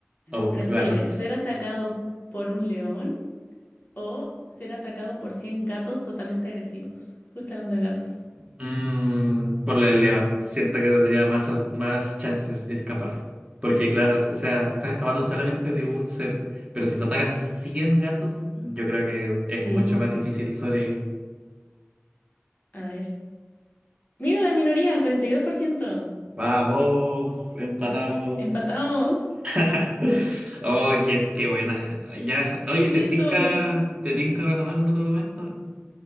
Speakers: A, on the right; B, on the left.
A: O
B: ¿Prefieres
A: ganas.
B: ser atacado por un león o ser atacado por 100 gatos totalmente agresivos? Justo hablando de gatos.
A: Mm, por el león. Siento que tendría más, al- más chances de escapar. Porque, claro, o sea, estás escapando solamente de un ser. Pero si te atacan 100 gatos, yo creo que es
B: Sí.
A: mucho más difícil sobrevivir.
B: A ver. Mira la minoría, 42%.
A: Vamos, empatado
B: Bueno, empatamos.
A: <laughs> Oh, qué, qué buena. Ya, oye,
B: Sí,
A: ¿te tinca,
B: estuvo buena.
A: te tinca retomar en otro momento?